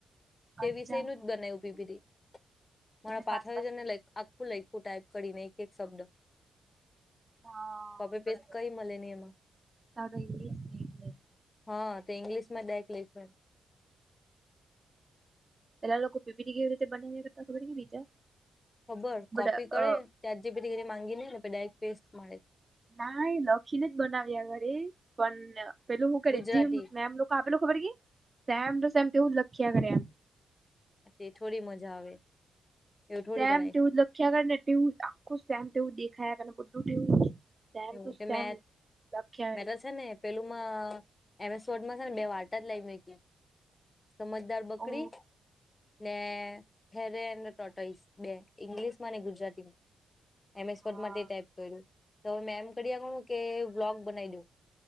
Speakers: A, on the left; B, on the right.
A: તે
B: અચ્છા
A: વિષય નું
B: હા
A: જ બનાયવું પીપીટી મારાં
B: એટલે
A: પાઠ
B: પાસ
A: <unintelligible>
B: પાસ
A: આખું લયખું ટાઈપ કરીને એક એક શબ્દ
B: હા
A: કોપી
B: બરાબર
A: પેસ્ટ કઈ મળે ની એમાં
B: તારો ઇંગ્લિશ ને એટલે
A: હા તે ઇંગ્લિશમાં ડાઇરેક્ટ લયખું એમ
B: પેલા લોકો પીપીટી કેવી રીતે બનાવ્યા કરતા ખબર કે બીજા
A: ખબર
B: બટ
A: કોપી કરે
B: અ
A: ચેટ જી પી ટી કરી માંગીને ડાયરેક્ટ પેસ્ટ મળે
B: નાય લખીને જ બનાવ્યા ઘરે પણ પેલું શું કરે
A: ગુજરાતી
B: જેમ મેમ લો આપેલો ખબર કે સેમ ટુ સેમ તેવું લખ્યા કરે એમ
A: તે થોડી મજા આવે એવું થોડી
B: તેસેમ
A: કરાય
B: તેવું લખ્યા કરે ને તેવું આખું તેવું દેખાયા કરે ને બધું તેવું સેમ
A: એવું
B: ટુ
A: તે
B: સેમ
A: મે
B: લખ્યા
A: મેત
B: કરે
A: છે ને પેલુંમા એમેસોડમાં છે ને બે વાર્તા જ લઈ મૂયકી સમજદાર બકરી
B: ઓ
A: નેે ફેરેન ટોટોઈશ બે ઇંગ્લિશ માં ને ગુજરાતીમાં એમ એસ
B: હા
A: વડ મા તે ટાઈપ કયરુ તો મે કર્યા કરૂ કે બ્લોગ બનાવી દઉ